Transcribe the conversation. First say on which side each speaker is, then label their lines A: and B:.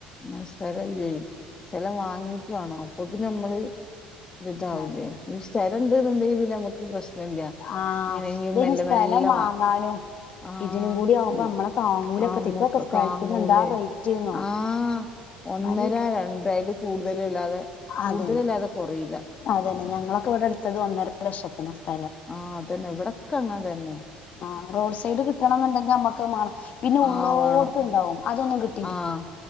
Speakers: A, on the left; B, on the left.
A: ഉം സ്ഥലല്ല്യേ സ്ഥലം വാങ്ങീട്ട് വാണം അപ്പൊത്തിന് നമ്മള് ഒരു ഇതാവില്ലേ
B: അതെ
A: ഈ സ്ഥലണ്ടുന്നുണ്ടങ്കി പിന്നെ നമുക്ക് പ്രശ് നല്ല്യ
B: ആഹ്
A: ഇങ്ങനെങ്കിലും
B: ഇതിന്
A: മെല്ല
B: സ്ഥലം
A: മെല്ലെ
B: വാങ്ങാനും
A: വാ ആഹ്
B: ഇതിനും കൂടി ആവുമ്പോ
A: ഉ
B: നമ്മളെ താങ്ങൂലപ്പത്തെ
A: ആ മ്മുക്ക്
B: ഇപ്പൊക്കെ സ്ഥലത്തിന്
A: കാങ്ങൂലേ?
B: എന്താ റേറ്റ്ന്നോ
A: ആഹ് ഒന്നര
B: ഭയ
A: രണ്ട് അയില് കൂടുതലല്ലാതെ കൂടുതലല്ലാതെ
B: അതന്നെ
A: കൊറയില്ല
B: അതന്നെ ഞങ്ങളൊക്കെ ഇവിടെ എടുത്തത് ഒന്നര ലക്ഷത്തിനാ സ്ഥലം
A: ആഹ അതന്നെ ഇവിടൊക്കെ അങ്ങൻതന്നെ
B: ആ റോഡ് സൈഡ് കിട്ടണം ന്നുണ്ടെങ്കി നമ്മക്ക് മാണം പിന്നെ ഉള്ളോട്ട്
A: ആഹ് വേണം
B: ണ്ടാവും അതൊന്നും കിട്
A: ആഹ്